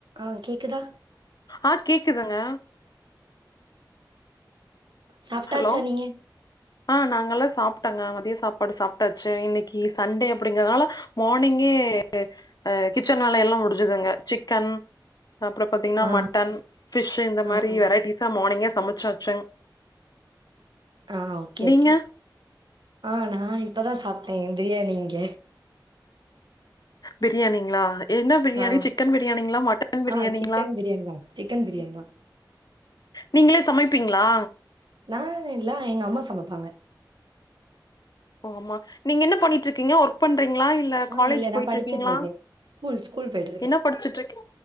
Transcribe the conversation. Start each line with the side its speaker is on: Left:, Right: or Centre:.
Right: ஆ கேக்குதா
Left: ஆ கேக்குதுங்க
Right: சாப்ட்டாச்சா
Left: ஹலோ
Right: நீங்க
Left: ஆ நாங்கலா சாப்ட்டங்க மதிய சாப்பாடு சாப்ட்டாச்சு இன்னைக்கு சண்டே அப்டிங்கறதுனால மார்னிங்கே அ கிச்சன் வேலையெல்லா முடிஞ்சதுங்க சிக்கன் சாப்ற பாத்தீங்னா
Right: ஆ
Left: மட்டன் பிஷ்ஷு இந்த
Right: ஆ
Left: மாரி
Right: ஆ
Left: வெரைட்டிஸா மானிங்கே சமச்சாச்சுங்
Right: ஆ ஓகே
Left: நீங்க?
Right: ஓகே ஆ நா இப்பதா சாப்ட்டே பிரியாணி இங்க
Left: பிரியாணிங்ளா என்ன பிரியாணி
Right: ஆ
Left: சிக்கன் பிரியாணிங்ளா மட்டன் பிரியாணிங்ளா
Right: ஆ சிக்கன் பிரியாணி தா சிக்கன் பிரியாணி தா
Left: நீங்களே சமைப்பீங்ளா
Right: நா இல்ல எங்க அம்மா சமைப்பாங்க
Left: ஒங்கம்மா நீங்க என்ன பண்ணிட்ருக்கீங்க ஒர்க் பண்றீங்ளா இல் ல
Right: ஆ
Left: காலேஜ்
Right: இல்ல
Left: போய்ட்ருக்கீங்ளா
Right: நா படிச்சுட்ருக்கே ஸ்கூல் ஸ்கூல் போயிட்ருக்கே
Left: என்ன படிச்சுட்ருக்கீ